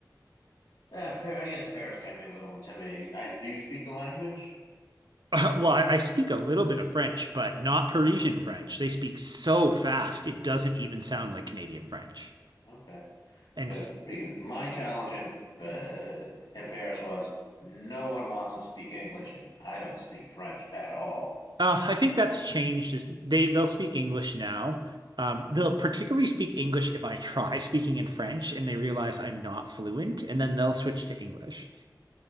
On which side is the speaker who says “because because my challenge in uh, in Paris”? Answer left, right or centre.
Left